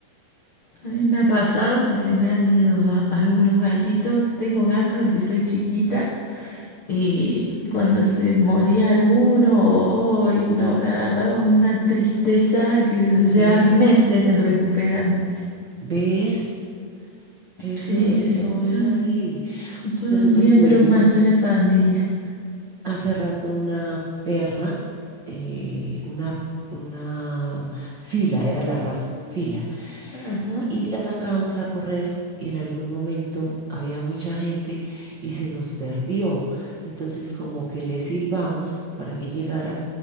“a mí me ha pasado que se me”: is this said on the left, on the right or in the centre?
Left